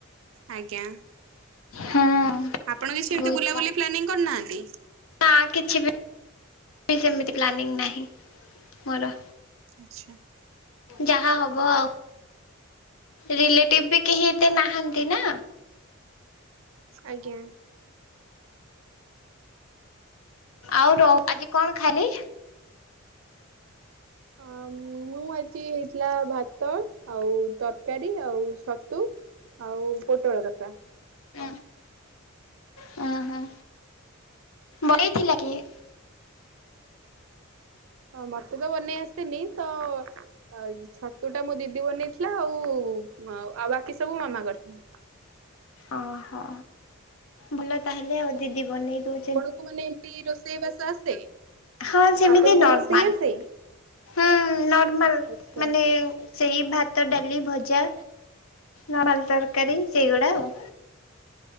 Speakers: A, on the right (about 65°); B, on the left (about 75°).
A: ଆଜ୍ଞା।
B: ହଁ
A: ଆପଣ କିଛି ସେମତି
B: ବହୁତ
A: ବୁଲାବୁଲି ପ୍ଲାନିଂ କରିନାହାନ୍ତି?
B: ହ କିଛି ବି ସେମିତି ପ୍ଲାନିଂ ନାହିଁ ମୋର
A: ଆଚ୍ଛା।
B: ଯାହା ହବ ଆ ରିଲେଟିବ୍ ବି କେହି ଏତେ ନାହାନ୍ତି ନା
A: ଆଜ୍ଞା।
B: ଆଉ ର ଆଜି କଣ ଖାଲି?
A: ହ ମୁଁ। ମୁଁ ଆଜି ହେଇଥିଲା ଭାତ ଆଉ ତରକାରୀ ଆଉ ଛତୁ ଆଉ ପୋଟଳ କସା
B: ଉଁ, ଉଁ ହୁଁ। ବନେଇଥିଲା କିଏ?
A: ହଁ ମତେ ତ ବନେଇ ଆସେନି ତ ଆଉ ଛତୁ ଟା ମୋ ଦିଦି ବନେଇଥିଲା ଆଉ। ଆଉ ବାକି ସବୁ ମାମା କରିଥିଲା।
B: ଓହୋ। ଭଲ ତାହେଲେ ଆଉ ଦିଦି ବନେଇ ଦଉ
A: ଆପଣ ଙ୍କୁ ମାନେ ଏମତି ରୋଷେଇ ବାସ ଆସେ?
B: ହଁ ସେମିତି
A: ଆପଣଙ୍କୁ
B: ନର୍ମାଲ
A: ରୋଷେଇ ଆସେ
B: ହୁଁ ନର୍ମାଲ
A: ଆଚ୍ଛା
B: ମାନେ ସେଇ ଭାତ ଡାଲି ଭଜା, ନର୍ମାଲ ତରକାରୀ ସେଇଗୁଡ଼ା ଆଉ